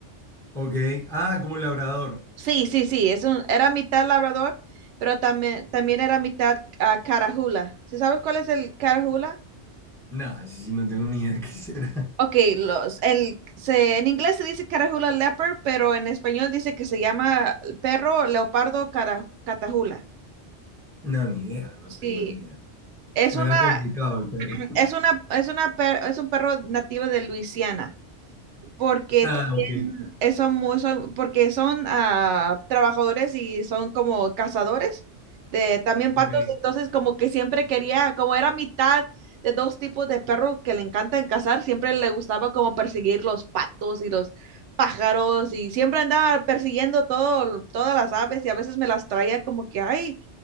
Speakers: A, in the centre; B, on the right.
A: Ok. Ah, como labrador.
B: Sí, sí, sí, es un, era mitad labrador, pero también, también era mitad ah, carajula. ¿Sí sabes cuál es el carajula?
A: No, ese sí no tengo ni idea <laughs> de qué será.
B: Ok, los, el, se, en inglés se dice carajula leopard, pero en español dice que se llama perro leopardo cara- catajula.
A: No, ni idea, no
B: Sí,
A: tengo ni idea.
B: es
A: Suena
B: una,
A: complicado el perro. <laughs>
B: Es una, es una, per- es un perro nativo de Luisiana, porque
A: Ah,
B: también
A: ok,
B: es- son muy, son, porque son ah, trabajadores y son como cazadores de también
A: ok,
B: patos, entonces como que siempre quería, como era mitad de dos tipos de perro que le encantan cazar, siempre le gustaba como perseguir los patos y los pájaros y siempre andaba persiguiendo todo, todas las aves y a veces me las traía como que, ay,